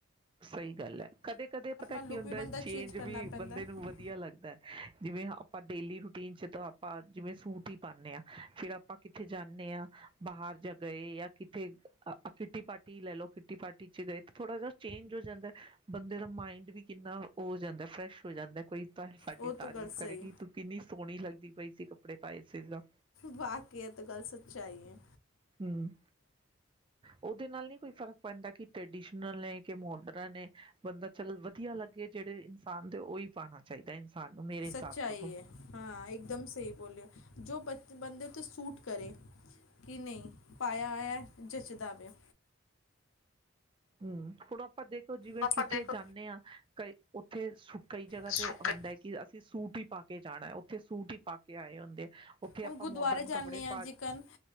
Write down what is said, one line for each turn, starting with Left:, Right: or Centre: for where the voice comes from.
Right: ਸਹੀ ਗੱਲ ਏ, ਕਦੇ ਕਦੇ ਪਤਾ ਕੀ
Left: ਲੁੱਕ
Right: ਹੁੰਦਾ
Left: ਵੀ ਬੰਦਾ
Right: ਚੇਂਜ
Left: ਕਰਨਾ
Right: ਵੀ
Left: ਪੈਂਦਾ
Right: ਬੰਦੇ
Left: ਹੈ।
Right: ਨੂੰ ਵਧੀਆ ਲੱਗਦੈ। ਜਿਵੇਂ ਆਪਾਂ ਡੇਲੀ ਰੂਟੀਨ ਚ ਤਾਂ ਆਪਾਂ ਜਿਵੇਂ ਸੂਟ ਈ ਪਾਨੇ ਹਾਂ ਫਿਰ ਆ ਆਪਾਂ ਕਿੱਥੇ ਜਾੱਨੈ ਆ ਬਾਹਰ ਜਾ ਗਏ ਯਾ ਤੇ ਕਿੱਟੀ ਪਾਰਟੀ ਲੈ ਲਓ ਕਿੱਟੀ ਪਾਰਟੀ ਚ ਗਏ ਤੇ ਥੋੜਾ ਜਾ ਚੇਂਜ ਹੋ ਜਾਂਦਾ ਏ ਬੰਦੇ ਦਾ ਮਾਇੰਡ ਵੀ ਕਿੰਨਾ ਓ ਜਾਂਦਾ ਫਰੈਸ਼ ਹੋ ਜਾਂਦਾ ਕੋਈ ਤਾਂ ਹਿ ਸਾਡੀ
Left: ਉਹ
Right: ਤਾਰੀਫ਼
Left: ਤਾਂ ਗੱਲ ਸਹੀ
Right: ਕਰੇਗੀ, ਤੂੰ ਕਿੰਨੀ ਸੋਹਣੀ ਲੱਗਦੀ ਪਈ ਸੀ ਕੱਪੜੇ ਪਾਏ ਸੀ ਤਾਂ
Left: ਬਾਕੀ ਇਹ ਤਾਂ ਗੱਲ ਸੱਚਾਈ ਏ।
Right: ਹਮ ਉਹਦੇ ਨਾਲ ਨੀ ਕੋਈ ਫ਼ਰਕ ਪੈਂਦਾ ਕਿ ਟਰਡੀਸ਼ਨ ਨਾਲੇ ਏ ਕਿ ਮੋਡਰਨ ਏ, ਬੰਦਾ ਚੱਲ ਵਧੀਆ ਲੱਗੇ ਜਿਹੜੇ ਇਨਸਾਨ ਦੇ ਉਹੀ ਪਾਉਣਾ ਚਾਹੀਦਾ। ਇਨਸਾਨ ਨੂੰ ਮੇਰੇ ਹਿਸਾਬ
Left: ਸੱਚਾਈ
Right: ਤੋਂ ਤਾਂ
Left: ਐ ਹਾਂ ਇੱਕਦਮ ਸਹੀ ਬੋਲੇ ਔ ਜੋ ਬੰਦੇ ਉੱਤੇ ਸੂਟ ਕਰੇ ਕਿ ਨਹੀਂ ਪਾਇਆ ਆਇਆ ਜਚਦਾ ਪਿਆ
Right: ਹਮ ਆਪਾਂ ਦੇਖੋ ਜਿਵੇਂ
Left: ਆਪਾਂ
Right: ਕਿੱਥੇ
Left: ਦੇਖੋ
Right: ਜਾਂਨੇ ਆਂ ਕ ਉੱਥੇ ਕਈ ਜਗ੍ਹਾ
Left: ਸੁੱਕੇ
Right: ਤੇ ਹੁੰਦਾ ਐ ਕਿ ਅਸੀਂ ਸੂਟ ਹੀ ਪਾ ਕੇ ਕੇ ਜਾਣਾ ਉੱਥੇ ਸੂਟ ਹੀ ਪਾ ਕੇ ਆਏ ਹੁੰਦੇ ਉੱਥੇ
Left: ਹੁਣ
Right: ਆਪਾਂ
Left: ਗੁਦੁਆਰੇ
Right: ਮੋਡਰਨ
Left: ਜਾਂਨੇ
Right: ਕੱਪੜੇ
Left: ਆਂ
Right: ਪਾ
Left: ਜਿਕਨ